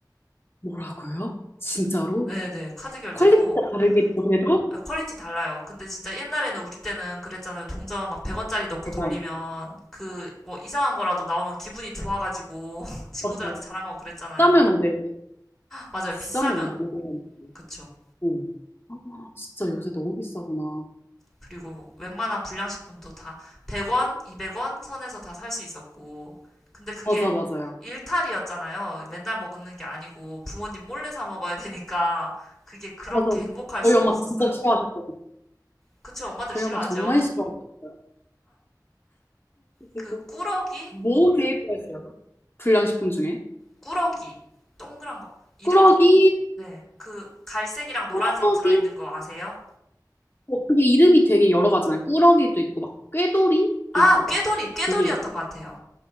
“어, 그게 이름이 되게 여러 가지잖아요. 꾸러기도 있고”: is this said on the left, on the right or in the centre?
Left